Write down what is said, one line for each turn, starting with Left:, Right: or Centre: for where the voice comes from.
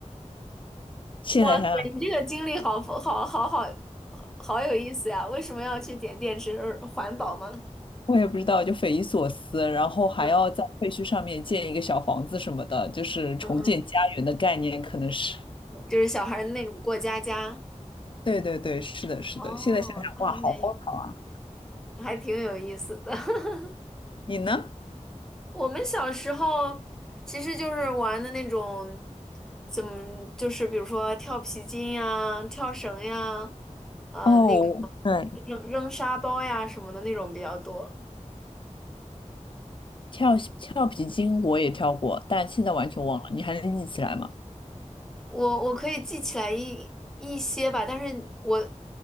Left: 现在想想，
Centre: 哇塞，你这个经历好好好好好好有意思呀！为什么要去点电池？环保吗？
Left: 我也不知道，就匪夷所思。然后还要在废墟上面建一个小房子什么的，
Centre: 嗯
Left: 就是重建家园的概念，
Centre: 嗯
Left: 可能是。
Centre: 嗯，就是小孩儿的那种过家家。
Left: 对对对，是的，是的。
Centre: 哦，
Left: 现在想想，
Centre: 那还没，
Left: 哇，好荒唐啊！
Centre: 还挺有意思的。<laughs>
Left: 你呢？
Centre: 我们小时候其实就是玩的那种，怎么就是比如说跳皮筋呀、跳绳呀，呃，
Left: 哦，
Centre: 那个
Left: 对，
Centre: 扔扔沙包呀什么的那种比较多。
Left: 跳跳皮筋我也跳过，但现在完全忘了。你还能记起来吗？
Centre: 我我可以记起来一一些吧，但是我